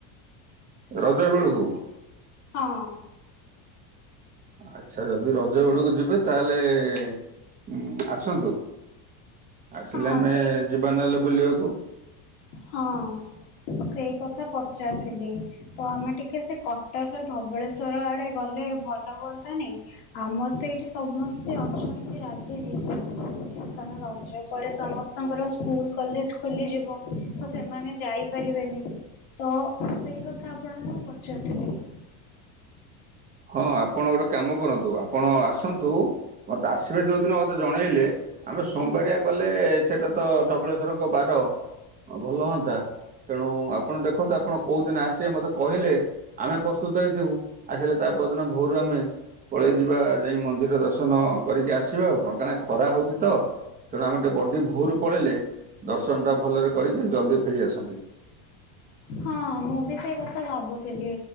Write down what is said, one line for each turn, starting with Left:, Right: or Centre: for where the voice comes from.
Right: ରଜ ବେଳକୁ।
Left: ହଁ ହଁ।
Right: ଆଚ୍ଛା ଯଦି ରଜ ବେଳକୁ ଯିବେ ତାହେଲେ ଉଁ ଆସନ୍ତୁ। ଆସିଲେ
Left: ହଁ
Right: ଆମେ
Left: ସେଇ
Right: ଯିବା ନହେଲେ ବୁଲିବାକୁ।
Left: ହଁ ସେଇ କଥା ପଚାରୁଥିଲି। ତ ଆମେ ଟିକେ ସେ କଟକ ର ଧବଳେଶ୍ଵର ଆଡେ ଗଲେ ଭଲ ହୁଅନ୍ତା ନି। ଆମର ତ ଏଇଠି ସମସ୍ତେ ଅଛନ୍ତି ରାଜି ଜିବେ ବୋଲି। କାରଣ ରଜ ପରେ ସମସ୍ତଙ୍କର ସ୍କୁଲ କଲେଜ ଖୋଲିଯିବ। ତ ସେମାନେ ଯାଇପାରିବେନି ତ ସେଇ କଥା ଆପଣଙ୍କୁ ମୁଁ ପଚାରୁଥିଲି।
Right: ହଁ ଆପଣ ଗୋଟେ କାମ କରନ୍ତୁ ଆପଣ ଆସନ୍ତୁ ମତେ ଆସିବେ ଯୋଉଦିନ ମତେ ଜଣେଇଲେ ଆମେ ସୋମବାରିଆ ଗଲେ ସେଟା ତ ଧବଳେଶ୍ଵରଙ୍କ ବାର ଆଉ ଭଲ ହୁଅନ୍ତା। ତେଣୁ ଆପଣ ଦେଖନ୍ତୁ ଆପଣ କୋଉ ଦିନ ଆସିବେ ମତେ କହିଲେ ଆମେ ପ୍ରସ୍ତୁତ ହେଇଥିବୁ ଆସିଲେ ତା ପରଦିନ ଭୋରୁ ଆମେ ପଳେଇ ଯିବା ଯାଇ ମନ୍ଦିର ଦର୍ଶନ କରିକି ଆସିବା ଆଉ କଣ କାରଣ ଖରା ହଉଚି ତ। ତେଣୁ ଆମେ ଟିକେ ବଡି ଭୋରୁ ପଳେଇଲେ ଦର୍ଶନଟା ଭଲରେ କରିକି ଜଲ୍ଦି ଫେରି ଆସନ୍ତେ।
Left: ହଁ ମୁଁ ବି ସେଇ କଥା ଭାବୁଥିଲି